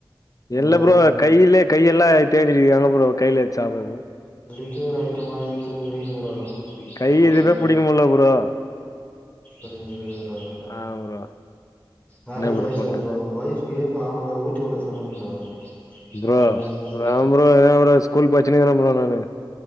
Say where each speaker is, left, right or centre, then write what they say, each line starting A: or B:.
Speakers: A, on the left; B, on the left.
A: இந்த
B: இல்ல
A: மாரி
B: ப்ரோ கையிலயே கையெல்லா தேஞ்சிருக்குது அங்க ப்ரோ கையில எப்டி சாப்பறது
A: லிக்யூட் ஐட்டமாரி எடுத்து குடிங்க ப்ரோ
B: கை
A: அவ்ளோதா
B: எதுமே புடிக்க முடில ப்ரோ
A: ஒரே ஒருரோ
B: ஆ ப்ரோ.
A: மேரேஜ்
B: என்ன
A: ஆய்ச்சா
B: பண்றது?
A: ப்ரோ உங்க வய்ஃப் பீஃப்லா அவ்ங்ள ஊட்டி உட சொல்லுங் ப்ரோ
B: ப்ரோ
A: அதுதா ப்ரோ
B: ராம் ப்ரோ ஏதாவ் ஒர ஸ்கூல் பச்சினிக்ற ப்ரோ நானு